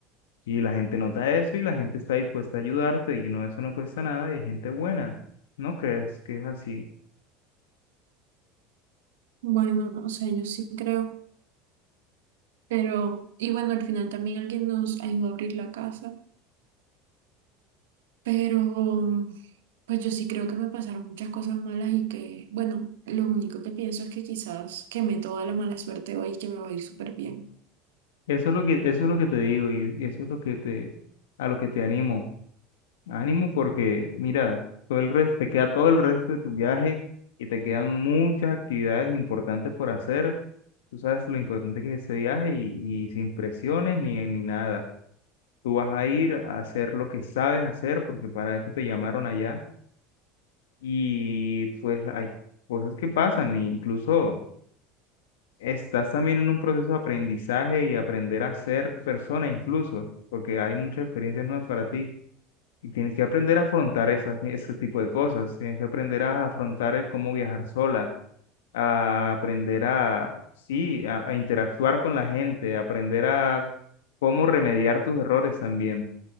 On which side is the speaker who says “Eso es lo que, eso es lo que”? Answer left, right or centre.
Left